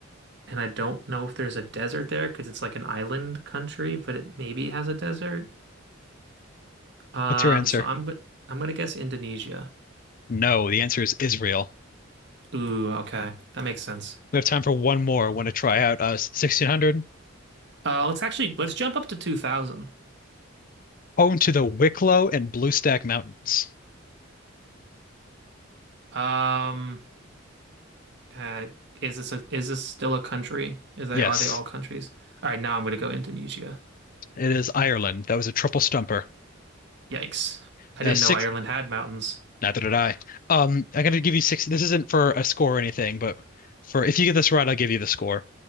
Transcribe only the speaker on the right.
and I don't know if there's a desert there because it's like an island country, but it maybe has a desert. Um,
so I'm go- I'm gonna guess Indonesia.
Ooh, okay, that makes sense.
Uh, let's actually let's jump up to 2000.
Um, uh, is this a, is this still a country? Is they
are they all countries? All right, now I'm gonna go Indonesia.
Yikes! I
didn't
know Ireland had mountains.